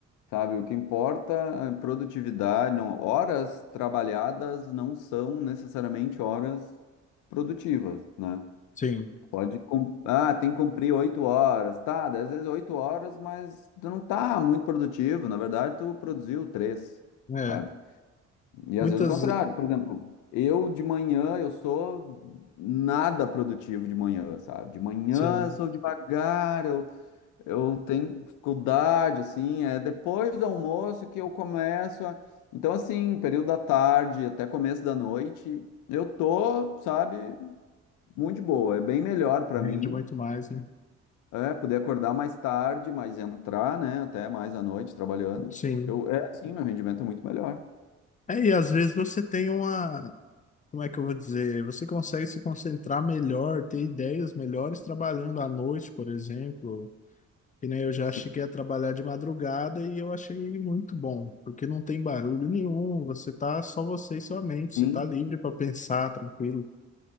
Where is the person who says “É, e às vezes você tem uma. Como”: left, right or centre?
Left